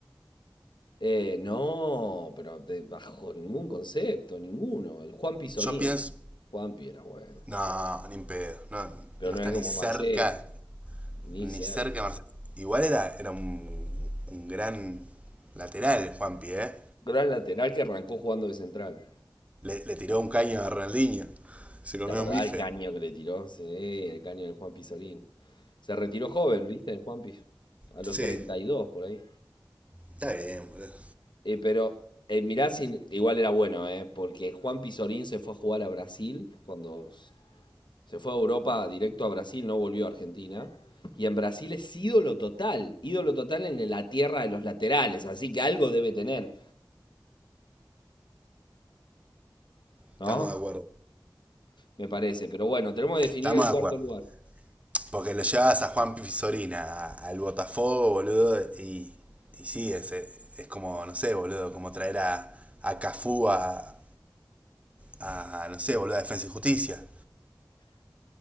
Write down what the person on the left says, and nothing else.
Eh, no, pero de- bajo ningún concepto, ninguno. El Juan Pizorín.
Juanpi era bueno.
Pero
no
era
como
Marcelo, ni
cerca.
Gran lateral que arrancó jugando de central.
¿Te acordás
del caño que le tiró? Sí, el caño del Juan Pizorín. Se retiró joven, ¿viste? El Juanpi. A los
32 por ahí.
Eh, pero eh, mirá, si- igual era bueno, ¿eh? Porque Juan Pizorín se fue a jugar a Brasil cuando Se fue a Europa directo a Brasil, no volvió a Argentina. Y en Brasil es ídolo total, ídolo total en la tierra de los laterales, así que algo debe tener,
¿no?
Me parece, pero bueno, tenemos que definir
el
cuarto
lugar.